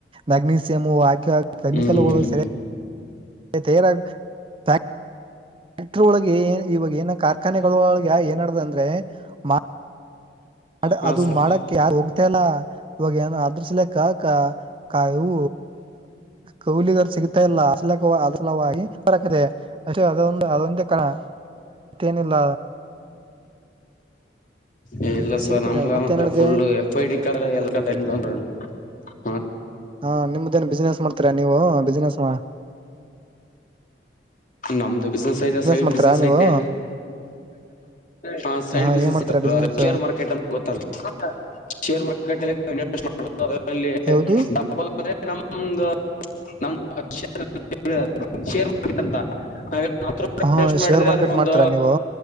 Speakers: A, on the right; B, on the left.
A: ಮ್ಯಗ್ನೀಸಿಯಮು ಆಕೆ ಕೆಮಿಕಲ್ಗಳು
B: ಹ್ಮ್
A: ಸರಿ. ತೇರಾಗ್ ಥ್ಯಾ ಮೆಟ್ರೋ ಒಳಗೆ ಇವಾಗ್ ಏನ್ ಆಗ್. ಕಾರ್ಖಾನೆಗಳೊಳಗೆ ಏನಡ್ದ ಅಂದ್ರೆ ಮಾ ಅದು
B: ಹಾ
A: ಅದು
B: ಸರ್
A: ಮಾಡಕ ಯಾರ್ ಹೋಗ್ತ ಇಲ್ಲ ಇವಾಗ ಏನ ಅದ್ರ ಸಲಕ್ಕ ಕ ಕೈ ಇವು ಕೂಲಿಗರ್ ಸಿಗುತ್ತ. <unintelligible> ಅ ಅದೊಂದು ಅದೊಂದ ಕಣ ಮತ್ತೇನಿಲ್ಲ.
B: ಇ ಇಲ್ಲ ಸ
A: ಸಿಗ್ತದೆ
B: ನಮ್ಗ
A: ಮತ್ತೇನಡ್ದೆ
B: ಒಂತ್ರರ full F I D colour L <unintelligible>
A: ಹಾ ನಿಮ್ದ ಏನ್ ಬಿಸ್ನೆಸ್ ಮಾಡ್ತರಾ ನೀವು ಬಿಸ್ನೆಸ್. ಸ.
B: ನಮ್ದು ಬಿಸ್ನೆಸ್ ಐತಾ ಸೈಡ್
A: ಮಾಡ್ತೀರಾ
B: ಬಿಸ್ನೆಸ್
A: ನೀವು
B: ಐತೆ ಹ ಸೈಡ್
A: ಹಾ
B: <unintelligible>
A: ಏನ್ ಮಾಡ್ತೀರಾ ಬಿಸ್ನೆಸ್
B: ಶೇರ್ ಮಾರ್ಕೆಟ್. ಗೊತ್ತ ಶೇರ್ ಮಾರ್ಕೆಟ್ಲ್ಲಿ <unintelligible> <unintelligible>
A: ಯಾವ್ದು
B: ಡಬಲ್ ಆದ್ರೆ ನಮ್ದ ನಮ್. <unintelligible> ಶೇರ್ ಮಾರ್ಕೆಟ್ ಅಂತ <unintelligible> <unintelligible>
A: ಹ
B: ವೇಸ್ಟ್ ಮಾಡಿದ್ರೆ
A: ಶೇರ್ ಮಾರ್ಕೆಟ್
B: ಅದಕ್ಕೊಂದು
A: ಮಾಡ್ತೀರಾ ನೀವು